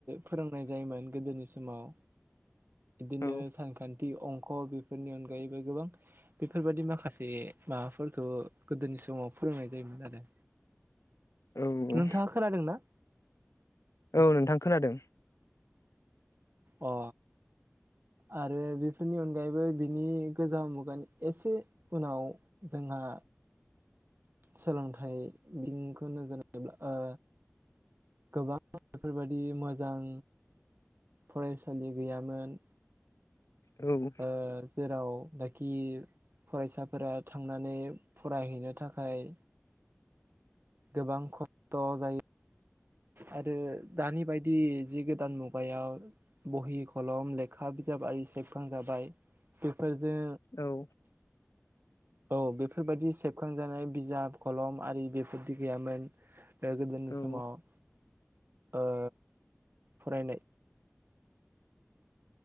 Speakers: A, on the right; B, on the left.
A: फोरोंनाय जायोमोन गोदोनि सिमाव बिदिनो
B: औ
A: सान खान्थि अंख बेफोरनि अनगायैबो गोबां बेफोरबायादि माखासे माबाफोरखौ गोदोनि समाव फोरोंनाय जायोमोन आरो।
B: औ
A: नोंथाङा खोनादों ना?
B: औ नोंथां खोनादों।
A: अ आरो बेफोरनि अनगायैबो बिनि गोजाम मुगानि एसे उनाव जोंहा सोलोंथाइ बिनखौ नोजोर लायोब्ला ओ गोबां बेफोरबायदि मोजां फरायसालि गैयामोन।
B: औ।
A: ओ जेराव नाखि फरायसाफोरा थांनानै फरायहैनो थाखाय गोबां ख'थ' जायो आरो दानि बायदि जि गोदान मुगायाव बहि खलम लेखा बिजाब आरि सेबखांजाबाय बेफोरजो
B: औ
A: औ बेफोरबायाददि सेबखांजानाय बिजाब खलम आरि बेफोरदि गैयामोन। ओ गोदोनि
B: औ
A: समाव ओ फरायनाय